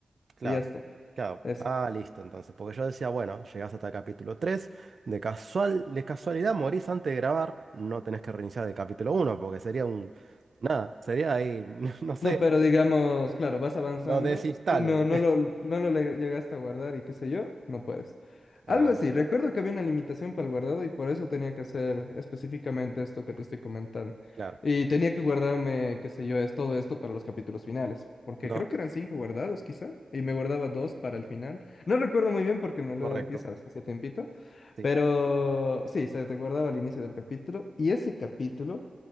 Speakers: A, on the right (about 60°); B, on the left (about 70°).
A: claro,
B: Y ya está.
A: claro,
B: Eso.
A: ah, listo, entonces. Porque yo decía, bueno, llegás hasta el capítulo 3 de casual, de casualidad morís antes de grabar, no tenés que reiniciar el capítulo uno porque sería un, nada, sería ahí, <laughs> no sé,
B: No, pero digamos, claro, vas avanzando
A: lo desinstalo,
B: y no,
A: digo.
B: no lo, no lo le- llegaste a guardar y qué sé yo, no puedes. Algo
A: Ah,
B: así, recuerdo que había una limitación para el guardado y por eso tenía que hacer específicamente esto que te estoy comentando.
A: claro.
B: Y tenía que guardarme, qué sé yo, es todo esto para los capítulos finales, porque
A: No,
B: creo que eran cinco guardados quizá, y me guardaba dos para el final. No recuerdo muy bien porque me lo,
A: correcto.
B: ya sabes, hace tiempito,
A: Sí.
B: pero sí, se te guardaba al inicio del capítulo y ese capítulo...